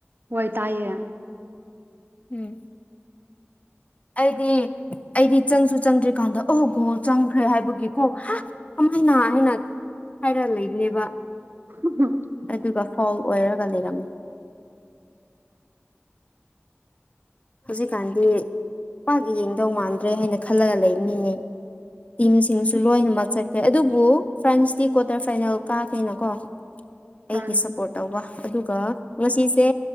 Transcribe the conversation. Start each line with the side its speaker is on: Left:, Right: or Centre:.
Right: ꯋꯥꯏ ꯇꯥꯏꯌꯦ
Left: ꯎꯝ ꯑꯩꯗꯤ ꯑꯩꯗꯤ ꯆꯪꯁꯨ ꯆꯪꯗ꯭ꯔꯤꯀꯥꯟꯗ ꯑꯍꯣ ꯒꯣꯜ ꯆꯪꯈ꯭ꯔꯦ ꯍꯥꯏꯕꯒꯤꯀꯣ ꯍꯥ ꯀꯃꯅ ꯍꯥꯏꯅ ꯍꯥꯏꯔ ꯂꯩꯕꯅꯦꯕ
Right: <unintelligible>
Left: ꯑꯗꯨꯒ ꯐꯧꯜ ꯑꯣꯏꯔꯒ ꯂꯩꯔꯝꯃꯤ ꯍꯧꯖꯤꯛꯀꯥꯟꯗꯤ ꯄꯥꯛ ꯌꯦꯡꯗꯧ ꯃꯥꯟꯗ꯭ꯔꯦ ꯍꯥꯏꯅ ꯈꯜꯂꯒ ꯂꯩꯕꯅꯤꯅꯦ ꯇꯤꯝꯁꯤꯡꯁꯨ ꯂꯣꯏꯅꯃꯛ ꯆꯠꯈ꯭ꯔꯦ ꯑꯗꯨꯕꯨ ꯐ꯭ꯔꯥꯟꯁꯇꯤ ꯀ꯭ꯋꯥꯇꯔ ꯐꯥꯏꯅꯦꯜ ꯀꯥꯈꯦꯅ ꯀꯣ
Right: ꯐ꯭ꯔꯥꯟꯁ
Left: ꯑꯩꯒꯤ ꯁꯥꯞꯄꯣꯠ ꯇꯧꯕ ꯑꯗꯨꯒ ꯉꯁꯤꯁꯦ